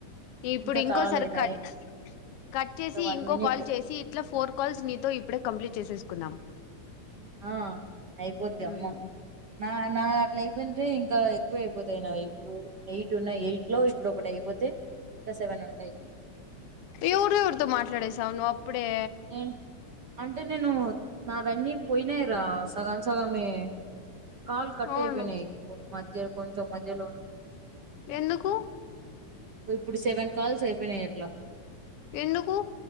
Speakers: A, on the left (about 80°); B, on the right (about 75°).
A: ఇప్పుడు
B: ఇంకా
A: ఇంకోసారి
B: కాలే నైన్
A: కట్ కట్ చేసి
B: ఇంకా వన్
A: ఇంకో
B: మినిట్
A: కాల్ చేసి ఇట్లా ఫోర్ కాల్స్ నీతో ఇప్పుడే కంప్లీట్ చేసేసుకుందాం
B: ఆ అయిపోది అమ్మో
A: మ్
B: నా నా అంటే ఇంకా ఎక్కువ అయిపోతాయి నా ఇప్పుడు ఎయిట్ ఉన్న ఎయిట్ లో ఇప్పుడు ఒకటి అయిపోతే ఇంకా సెవెన్ ఉంటాయి
A: ఎవరెవరితో మాట్లాడేసావ్ నువ్వు అప్పుడే
B: నేను అంటే నేను నావన్నీ పోయినాయిరా సగం సగమే కల్ కట్
A: అవును
B: అయిపోయినాయి మధ్య కొంచెం మధ్యలోనే
A: ఎందుకు
B: ఇప్పుడు సెవెన్ కాల్స్ అయిపోయినాయి అట్లా
A: ఎందుకు